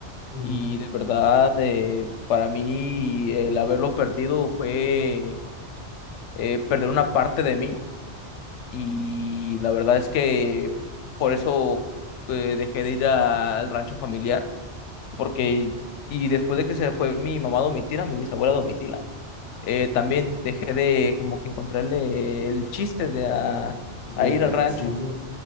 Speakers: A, on the left; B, on the left.
A: mm,
B: Y de verdad, eh, para mí, el haberlo perdido fue eh, perder una parte de mí. Y la verdad es que por eso eh, dejé de ir a- al rancho familiar porque y después de que se fue mi mamá a Domitila, mi bisabuela a Domitila, eh, también dejé de como que encontrarle el chiste de a,
A: de
B: a ir
A: ir
B: al
A: al
B: rancho,
A: sitio.